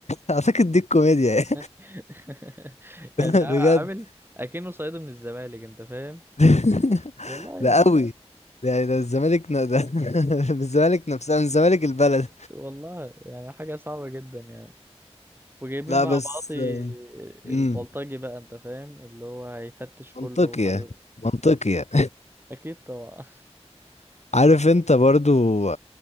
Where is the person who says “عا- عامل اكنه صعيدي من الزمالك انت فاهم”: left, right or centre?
Right